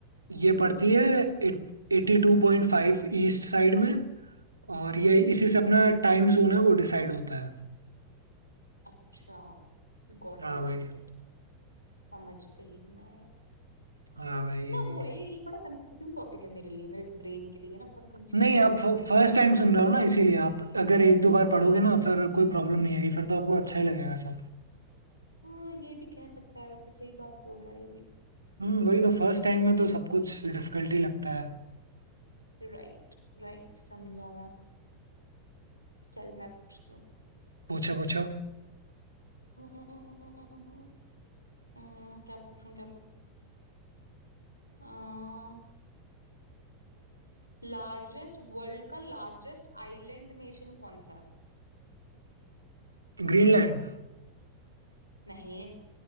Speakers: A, on the right; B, on the left.
A: ये पड़ती
B: समझी
A: है एट्टी टू पॉइंट फाइव ईस्ट साइड में और ये
B: हम्म
A: इसी से अपना टाइम जोन है वो डिसाइड होता है
B: अच्छा Got
A: हाँ
B: it
A: भाई
B: got it समझ गई मैं
A: हाँ भाई
B: ना वो है ये बड़ा कंफ्यूजिंग टॉपिक है मेरे लिए मेरे ब्रेन के लिए ना बहुत कंफ्यूजिंग
A: नहीं
B: है
A: आप
B: ये टॉपिक
A: फर्स्ट टाइम सुन रहे हो ना इसीलिए आप अगर एक दो बार पढ़ोगे ना फिर कोई प्रॉब्लम नहीं आएगी फिर तो आपको अच्छा ही लगेगा सब
B: हाँ ये भी कह सकता है वैसे सही बात बोल रहा है ये भी
A: हम्म वही तो फर्स्ट टाइम में
B: राइट
A: तो सब कुछ डिफिकल्टी लगता है
B: राइट राइट समझा मैं चल मैं पूछती हूँ
A: पूछो पूछो
B: हम्म, हम्म, हम्म, हम्म, हम्म, हम्म, हम्म, क्या पूछूं क्या पूछूं लार्जेस्ट वर्ल्ड का लार्जेस्ट आइलैंड नेशन कौन सा है?
A: ग्रीनलैंड
B: नहीं